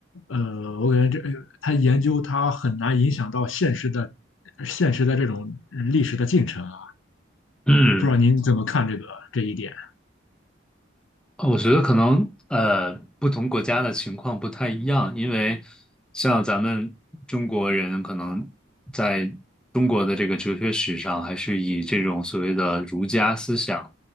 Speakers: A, on the left; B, in the centre.
A: 呃，我感觉这他研究他很难影响到现实的现实的这种历史的进程啊。
B: 嗯，
A: 不知道您怎么看这个这一点？
B: 呃我觉得可能呃，不同国家的情况不太一样，因为像咱们中国人可能在中国的这个哲学史上，还是以这种所谓的儒家思想，